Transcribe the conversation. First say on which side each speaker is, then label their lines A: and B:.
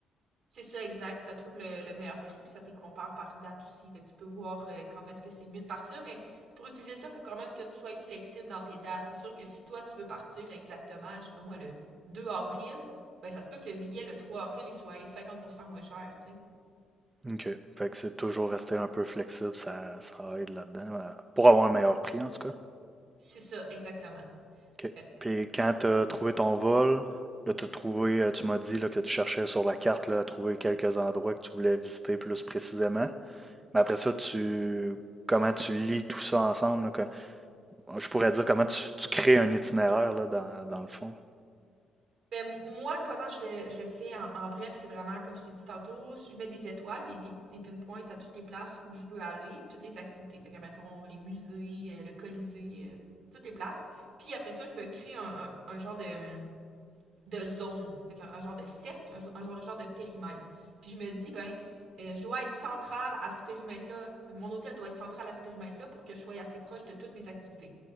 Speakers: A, on the right; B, on the right.
A: C'est ça, exact. Ça trouve le, le meilleur prix, puis ça te compare par date aussi. Fait que tu peux voir euh, quand est-ce que c'est le mieux de partir, mais pour utiliser ça, il faut quand même que tu sois flexible dans tes dates. C'est sûr que si toi, tu veux partir exactement, je sais pas moi, le 2 avril, ben ça se peut que le billet le 3 avril, il soit 50% moins cher, tu sais.
B: OK. Fait que c'est toujours rester un peu flexible, ça, ça aide là-dedans, euh, pour avoir un meilleur prix en tout cas.
A: C'est ça, exactement.
B: OK.
A: Euh,
B: Puis quand tu as trouvé ton vol, là, t'as trouvé, euh, tu m'as dit là, que tu cherchais sur la carte là, à trouver quelques endroits que tu voulais visiter plus précisément. Mais après ça, tu comment tu lis tout ça ensemble, là, que- je pourrais dire comment tu, tu crées un itinéraire là, dans, dans le fond.
A: Ben, moi, comment je le, je le fais en, en bref, c'est vraiment, comme je t'ai dit tantôt, je mets des étoiles, des, des, des pinpoints à toutes les places où je veux aller, toutes les activités. Fait que, mettons, les musées, euh, le Colisée, euh, toutes les places. Puis après ça, je me crée un, un, un genre de, hum, de zone, Fait un, un genre de cercle, un, un, genre, un, genre, de périmètre. Puis je me dis, ben, euh, je dois être centrale à ce périmètre-là, mon hôtel doit être central à ce périmètre-là pour que je sois assez proche de toutes mes activités.